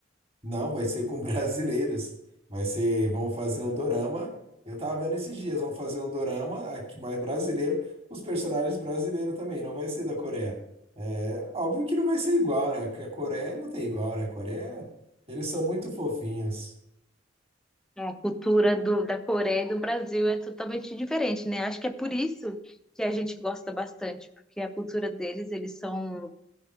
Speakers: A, on the right (about 30°); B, in the centre.
A: Não, vai ser com <laughs> brasileiros. Vai ser, vão fazer um dorama. Eu tava vendo esses dias, vão fazer um dorama aqui mais brasileiro, com os personagens brasileiros também, não vai ser da Coreia. É, óbvio que não vai ser igual, né? Porque a Coreia não tem igual, né? A Coreia, eles são muito fofinhos.
B: É, A cultura do, da Coreia e do Brasil é totalmente diferente, né? Acho que é por isso que a gente gosta bastante, porque a cultura deles, eles são,